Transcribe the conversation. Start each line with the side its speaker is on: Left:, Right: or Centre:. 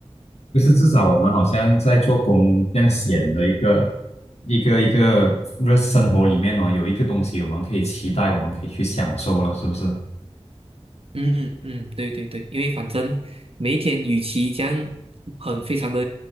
Left: 就是至少我们好像在做工这样闲的一个一个一个日生活里面哦，有一个东西我们可以期待，
Right: 嗯。
Left: 我们可以去享受了，是不是？
Right: 嗯嗯，对对对，因为反正每一天与其这样很非常的